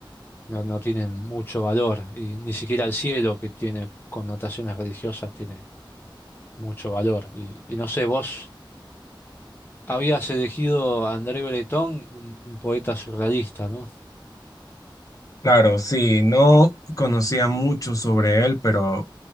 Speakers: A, on the left; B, on the left.
A: no, no tienen mucho valor y ni siquiera el cielo, que tiene connotaciones religiosas, tiene mucho valor. Y, y no sé, vos habías elegido a André Breton, un, un poeta surrealista, ¿no?
B: Claro, sí, no conocía mucho sobre él, pero